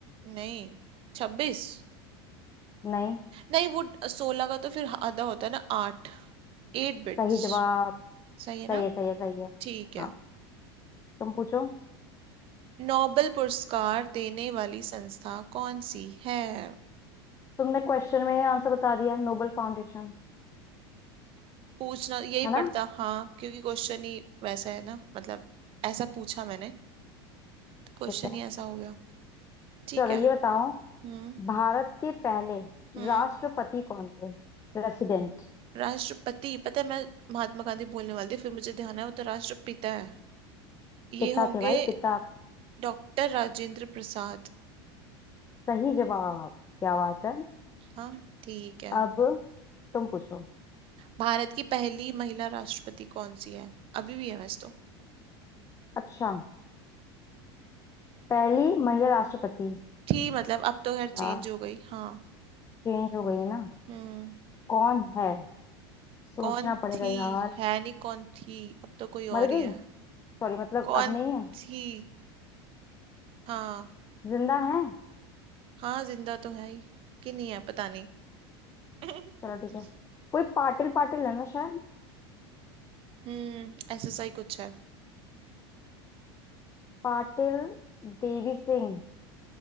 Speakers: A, on the right; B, on the left.
A: नहीं छब्बीस
B: नहीं
A: नहीं वो सोलह का तो फिर आधा होता है ना आठ Eight bits
B: सही जवाब
A: सही है ना
B: सही है सही है सही है
A: ठीक है
B: हाँ तुम पूछो
A: नोबेल पुरस्कार देने वाली संस्था कौन सी है
B: तुमने क्वेश्चन में आंसर बता दिया नोबल फाउंडेशन
A: पूछना यही
B: है ना
A: पड़ता हाँ क्योंकि क्वेश्चन ही वैसा है ना मतलब ऐसा पूछा मैंने क्वेश्चन
B: ठीक है
A: ही ऐसा हो गया ठीक
B: चलो
A: है
B: ये बताओ
A: हम्म
B: भारत के पहले
A: हम्म
B: राष्ट्रपति कौन थे प्रेसिडेंट
A: राष्ट्रपति पता है मैं महात्मा गांधी बोलने वाली थी फिर मुझे ध्यान आया वो तो राष्ट्रपिता है ये
B: पिता
A: होंगे
B: थे भाई पिता
A: डॉक्टर राजेंद्र प्रसाद
B: सही जवाब क्या बात है
A: हाँ ठीक है
B: अब तुम पूछो
A: भारत की पहली महिला राष्ट्रपति कौन सी है अभी भी है वैसे तो
B: अच्छा पहली महिला राष्ट्रपति
A: थी मतलब अब तो खैर चेंज
B: यार
A: हो गई हाँ
B: चेंज हो गई है ना
A: हम्म
B: कौन है सोचना
A: कौन
B: पड़ेगा
A: थी
B: यार
A: है नहीं कौन थी अब तो कोई
B: मर
A: और
B: गई
A: ही है
B: सॉरी मतलब
A: कौन
B: अब नहीं है
A: थी हाँ
B: जिंदा है
A: हाँ जिंदा तो है ही कि नहीं है पता नहीं
B: चलो ठीक है
A: <laughs>
B: कोई पाटिल पाटिल है ना शायद
A: हम्म एसएसआई कुछ है
B: पाटिल देवी सिंह